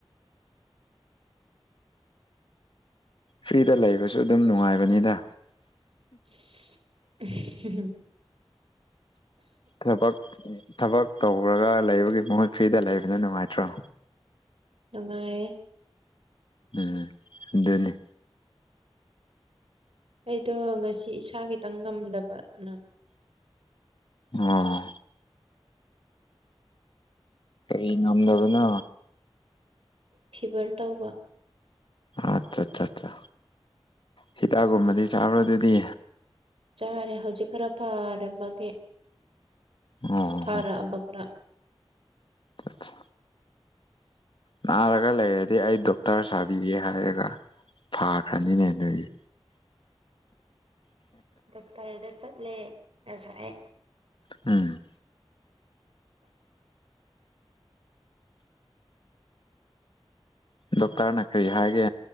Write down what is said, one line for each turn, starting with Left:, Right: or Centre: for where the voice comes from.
Left: ꯐ꯭ꯔꯤꯗ ꯂꯩꯕꯁꯨ ꯑꯗꯨꯝ ꯅꯨꯡꯉꯥꯏꯕꯅꯤꯅ
Right: <unintelligible>
Left: ꯊꯕꯛ ꯊꯕꯛ ꯇꯧꯔꯒ ꯂꯩꯕꯒꯤ ꯃꯍꯨꯠ ꯐ꯭ꯔꯤꯗ ꯂꯩꯕꯅ ꯅꯨꯡꯉꯥꯏꯇ꯭ꯔꯣ
Right: ꯅꯨꯡꯉꯥꯏꯌꯦ
Left: ꯎꯝ ꯑꯗꯨꯅꯤ
Right: ꯑꯩꯗꯣ ꯉꯁꯤ ꯏꯁꯥ ꯈꯤꯇꯪ ꯉꯝꯗꯕ ꯑꯗꯨꯅ
Left: ꯑꯣ ꯀꯔꯤ ꯉꯝꯗꯕꯅꯣ
Right: ꯐꯤꯚꯔ ꯇꯧꯕ
Left: ꯑꯠꯆꯥ ꯆꯥ ꯆꯥ ꯍꯤꯗꯥꯛꯀꯨꯝꯕꯗꯤ ꯆꯥꯕ꯭ꯔꯣ ꯑꯗꯨꯗꯤ
Right: ꯆꯥꯔꯦ ꯍꯧꯖꯤꯛ ꯈꯔ ꯐꯥꯔꯕꯒꯤ
Left: ꯑꯣ
Right: ꯐꯥꯔꯛ ꯑꯕ ꯈꯔ
Left: ꯑꯁ ꯅꯥꯔꯒ ꯂꯩꯔꯗꯤ ꯑꯩ ꯗꯣꯛꯇꯔ ꯁꯥꯕꯤꯒꯦ ꯍꯥꯏꯔꯒ ꯐꯥꯈ꯭ꯔꯥꯅꯤꯅꯦ ꯑꯗꯨꯗꯤ
Right: ꯗꯣꯛꯇꯔꯗ ꯆꯠꯂꯦ ꯉꯁꯥꯏ
Left: ꯎꯝ ꯗꯣꯛꯇꯔꯅ ꯀꯔꯤ ꯍꯥꯏꯒꯦ